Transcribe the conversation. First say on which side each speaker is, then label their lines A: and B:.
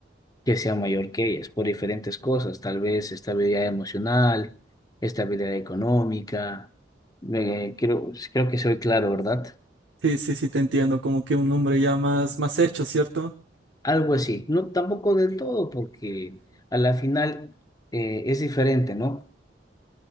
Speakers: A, on the left (about 20°); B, on the right (about 90°).
A: que sea mayor que ellas por diferentes cosas, tal vez estabilidad emocional, estabilidad económica. me creo, pues, creo que soy claro, ¿verdad?
B: sí, sí, sí te entiendo, como que un hombre ya más, más hecho, ¿cierto?
A: Algo así. No, tampoco del todo, porque a la final eh, es diferente, ¿no?